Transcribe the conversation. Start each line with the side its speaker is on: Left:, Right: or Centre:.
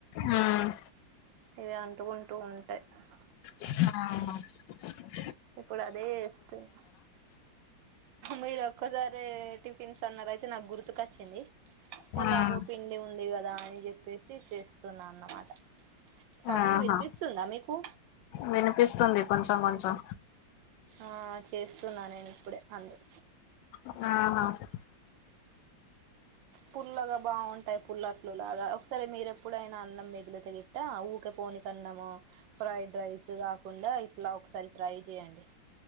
Left: మ్మ్
Right: ఇవి అంటుకుంటూ ఉంటాయి
Left: అవున
Right: అహ్ ఇప్పుడు అదే వేస్తున్న మీరు ఒక్కసారే టిఫిన్స్ అన్నారు అయితే నాకు గుర్తుకు వచ్చి
Left: మ్మ్
Right: ఎలాగో పిండి ఉంది కదా అని చెప్పేసి చేస్తున్నా అన్నమాట సౌండ్
Left: ఆహా
Right: వినిపిస్తుందా మీకు
Left: వినిపిస్తుంది కొంచెం కొంచెం
Right: ఆ చేస్తున్నా నేను ఇప్పుడే అందు
Left: అవునా
Right: పుల్లగా బాగుంటాయి పుల్లట్లులాగా ఒకసారి మీరెప్పుడైనా అన్నం మిగిలితే గిట్ట ఊకె పోని కన్నము ఫ్రైడ్ రైస్ కాకుండా ఇట్లా ఒకసారి ట్రై చేయండి